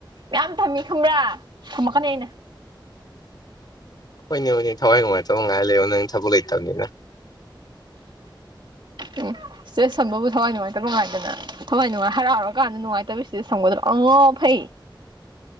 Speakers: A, on the right; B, on the left.
A: ꯌꯥꯝ ꯊꯝꯃꯤ ꯈꯝꯕ꯭ꯔꯥ ꯊꯝꯃꯛꯀꯅꯤ ꯑꯩꯅ
B: ꯍꯣꯏꯅꯦ ꯍꯣꯏꯅꯦ ꯊꯋꯥꯏ ꯅꯨꯡꯉꯥꯏꯇꯕ ꯉꯥꯏ ꯂꯩꯌꯣ ꯅꯪ ꯊꯕꯛ ꯂꯩꯇꯕꯅꯤꯅ
A: ꯎꯝ ꯏꯁꯇꯦꯇꯁ ꯊꯝꯕꯕꯨ ꯊꯋꯥꯏ ꯅꯨꯡꯉꯥꯏꯇꯕ ꯉꯥꯏꯒꯗ꯭ꯔꯥ ꯊꯋꯥꯏ ꯅꯨꯡꯉꯥꯏ ꯍꯔꯥꯎꯔꯀꯥꯟꯗ ꯅꯨꯡꯉꯥꯏꯇꯕꯒꯤ ꯏꯁꯇꯦꯇꯁ ꯊꯝꯒꯗ꯭ꯔꯣ ꯑꯉꯥꯎ ꯑꯐꯩ